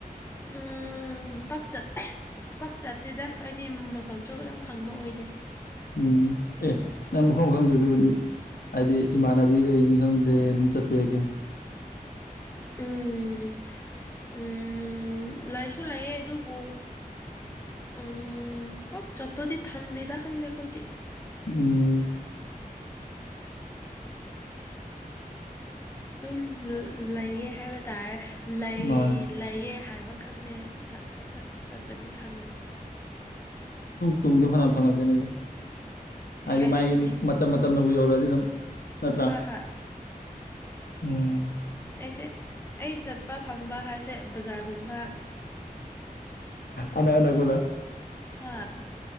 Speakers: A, on the left (about 15°); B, on the left (about 85°).
A: ꯎꯝ ꯎ ꯄꯛ ꯆ ꯄꯥꯛ ꯆꯠꯇꯦꯗ ꯑꯩꯗꯤ ꯃꯐꯝꯁꯨ ꯌꯥꯝ ꯈꯪꯕ ꯑꯣꯏꯗꯦ
B: ꯎꯝ ꯑꯦ ꯅꯪ ꯃꯐꯝ ꯈꯪꯗꯁꯨ ꯍꯥꯏꯗꯤ ꯏꯃꯥꯟꯅꯕꯤ ꯀꯩꯅꯤ ꯈꯪꯗꯦ ꯑꯗꯨꯝ ꯆꯠꯄ ꯌꯥꯏ ꯀꯩꯅ <unintelligible>
A: ꯎꯝ ꯎꯝ ꯂꯥꯏꯁꯨ ꯂꯥꯛꯑꯦ ꯑꯗꯨꯕꯨ ꯎꯝ ꯄꯣꯛ ꯆꯠꯄꯗꯤ ꯐꯪꯗꯦꯗ ꯈꯪꯗꯦ ꯑꯩꯈꯣꯏꯗꯤ
B: ꯎꯝ
A: ꯑꯗꯨꯝ ꯂꯩꯑ ꯍꯥꯏꯕ ꯇꯥꯔꯦ ꯂꯩ
B: ꯃꯥꯅꯤ
A: ꯂꯩꯑ ꯍꯥꯏꯕ ꯕꯈꯛꯅꯦ ꯆꯠꯄ ꯆꯠꯄꯗꯤ ꯐꯪꯉꯦ
B: ꯇꯨꯡꯗꯣ ꯐꯅ ꯐꯪꯉꯛꯀꯅꯤꯗ ꯍꯥꯏꯗꯤ
A: ꯀꯩ ꯍꯥꯏꯇꯦ
B: ꯃꯥꯒꯤ ꯃꯇꯝ ꯃꯇꯝꯅꯕꯨ ꯌꯧꯔꯛꯑꯗꯤ ꯑꯗꯨꯝ ꯅꯠꯇ꯭ꯔꯥ
A: ꯍꯥꯥ ꯍꯥ
B: ꯎꯝ
A: ꯑꯩꯁꯦ ꯑꯩ ꯆꯠꯄ ꯐꯪꯕ ꯍꯥꯏꯁꯦ ꯕꯖꯥꯔꯒꯨꯝꯕ
B: ꯑꯅꯥꯅꯥ ꯀꯂ
A: ꯍ